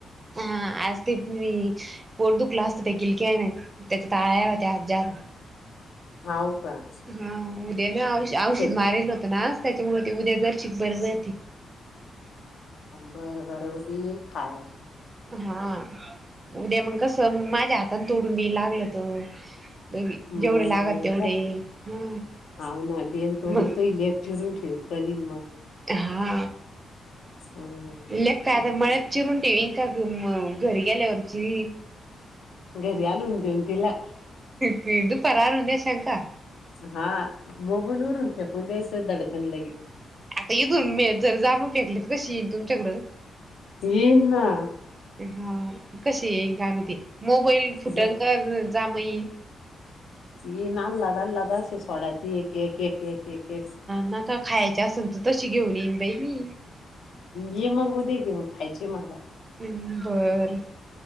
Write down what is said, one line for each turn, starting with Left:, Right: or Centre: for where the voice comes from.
Right: हा आज ते मीच पोट दुखलं असतं ते गिलकी्या आहे ना त्याच्यात आळ्या होत्या हजांर.
Left: हाव. का
Right: हा उद्या ना औ
Left: तुझ्या
Right: औषध मारेल होत नाच त्याच्यामुळे ते उद्या जर शिक बर जळती.
Left: बर बर उद्या येईल खायला.
Right: हा. उद्या मग कसं मग, माझ्या हातान तोडून वि लागलं तर जेवढे
Left: बरं
Right: लागत
Left: बरं
Right: तेवढे
Left: तर
Right: हा
Left: हाव ना बेन तोडून
Right: मग
Left: तुही लेक चिरून ठेव करीन मग.
Right: हा
Left: हम्म
Right: लेका
Left: तेच
Right: आता
Left: तर
Right: मळ्यात चिरून ठेवीन. का म घरी गेल्यावरची.
Left: घरी आणून देऊ तिला.
Right: ती दुपारी आणून देशाचा.
Left: हा मोबाईलवरून फेकून द्यायचं दडकून लगे.
Right: आता इथून मी जर जांभूळ फेकले तर कशी येईन तुमच्याकडं.
Left: येईन ना.
Right: हा कशी येईल काय माहिती मोबाईल फुटण
Left: ये
Right: का जांभूळ येईल.
Left: ए नाल नादाला लागायची सोडाची एक एक एक एक एक एक.
Right: नका खायचे असून तर तशी घेऊ येईन बाई मी.
Left: ये मग उद्या घेऊन खायची मला.
Right: हम्म होय र.